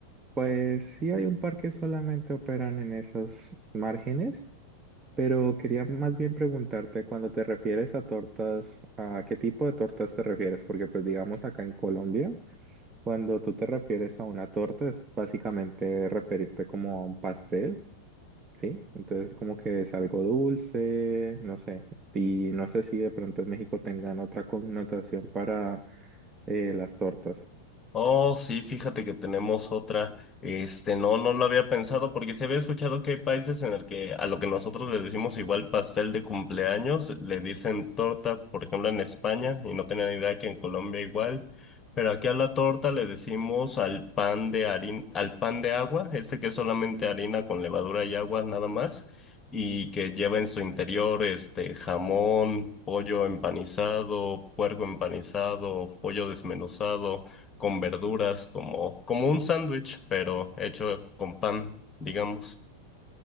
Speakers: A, on the right (about 20°); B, on the left (about 20°).
A: Pues sí hay un par que solamente operan en esos márgenes. Pero quería más bien preguntarte, cuando te refieres a tortas, ¿a qué tipo de tortas te refieres? Porque pues digamos acá en Colombia, cuando tú te refieres a una torta es básicamente referirte como a un pastel, ¿sí? Entonces como que es algo dulce, no sé. Y no sé si de pronto en México tengan otra connotación para eh, las tortas.
B: Oh, sí, fíjate que tenemos otra. Este, no, no lo había pensado porque se había escuchado que hay países en el que a lo que nosotros le decimos igual pastel de cumpleaños, le dicen torta, por ejemplo, en España, y no tenía ni idea que en Colombia igual. Pero aquí a la torta le decimos al pan de harina, al pan de agua, este que es solamente harina con levadura y agua nada más, y que lleva en su interior este jamón, pollo empanizado, puerco empanizado, pollo desmenuzado con verduras, como, como un sándwich, pero hecho con pan, digamos.